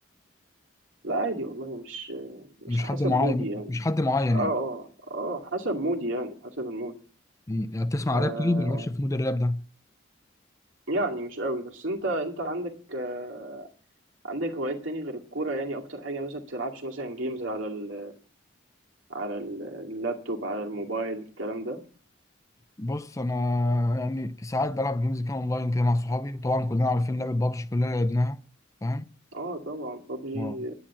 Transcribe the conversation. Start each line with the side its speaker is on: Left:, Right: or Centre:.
Right: لا عادي والله مش مش
Left: مش
Right: حسب
Left: حد معين
Right: مودي يعني
Left: مش حد معين
Right: اه اه
Left: يعني
Right: اه حسب مودي يعني حسب المود
Left: مم. يعني بتسمع
Right: آه
Left: راب طيب ولا مش في مود الراب ده
Right: يعني مش قوي بس انت انت عندك آه، عندك هوايات تاني غير الكورة يعني أكتر حاجة مثلا بتلعبش مثلا جيمز على ال على ال- اللابتوب على الموبايل الكلام ده
Left: بص انا يعني ساعات بلعب جيمز كده اونلاين كده مع صحابي وطبعا كلنا عارفين لعبة بابجي كلنا لعبناها فاهم
Right: اه طبعا ببجي
Left: اه